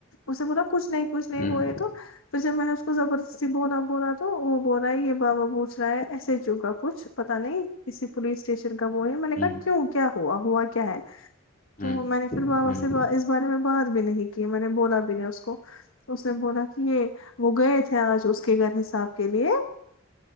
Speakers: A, on the left; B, on the left.
A: اسے بولا کچھ نہیں کچھ نہیں
B: ہوں
A: وہ یہ تو پھر جب میں نے اس کوب سے بو رہا بو رہا تو وہ بول رہا ہے یہ بابا پوچھ رہا ہے ایسے ہی چکا کچھ پتا نہیں کسی پولیس اسٹیشن کا وہ ہے میں نے
B: ہوں
A: کہا کیوں کیا ہوا ہوا کیا ہے
B: ہوں
A: تو میں نے پھر بابا
B: ہوں
A: سے اس بارے میں بات بھی نہیں کی میں نے بولا بھی نہیں اس کو اس نے بولا کہ یہ وہ گئے تھے آج اس کے گھر حساب کے لیے